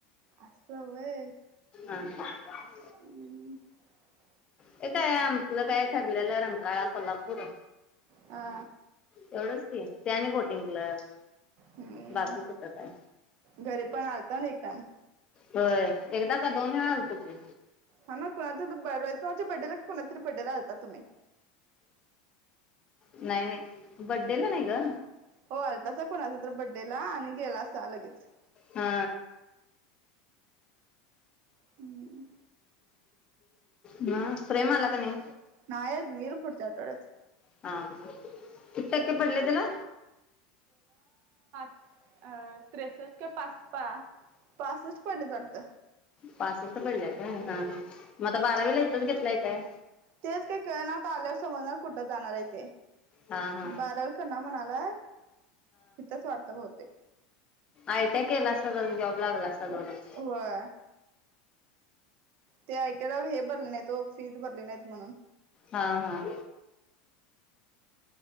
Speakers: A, on the right (about 50°); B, on the left (about 25°).
A: अस व्हय.
B: <unintelligible>
A: <unintelligible>
B: ते काय आपल काय ठरलेलं रंकाळा कोल्हापू बोला,
A: हा
B: एवढच की, ते आणि बोटिंग क्लब
A: हम्म
B: बाकी कुठ काय
A: घरी पण आलता ना एक टाइम.
B: होय. एकदा का दोन वेळा आलतो की
A: हाना कोणाच तर <unintelligible> कोणाच्या बड्डेला कोणाच्यातरी बड्डेला आलता तुम्ही
B: नाही नाही बड्डेला नाही ग
A: हो आलतासा कोणाच्या तर बड्डेला आणि गेलास सा लगेच.
B: हा
A: हुं
B: ब्रा प्रेम आला काय नाय.
A: नाही आजुन येईल फूडच्या आठवड्यात.
B: हा किती टक्के पडले तेला
A: अं त्रेसष्ट पस पा पासष्ट पडलेत वाटत.
B: पासष्ट पडल्यात. <unintelligible> हा ह मग आता बारावीलाय. तिथंच घेतलाय काय?
A: तेच काय कळना तो आल्यावर समजणार कुठं जाणारये ते
B: हा हा
A: बारावी करणार म्हणायला तीतच वाटत बहुतेक
B: आयटीया केला असता तरी जॉब लागला असता. सध ना <inaudible>
A: होय ते आयटीला हे भरले नाही ओ फीज भरली नाहीत म्हणून.
B: हा हा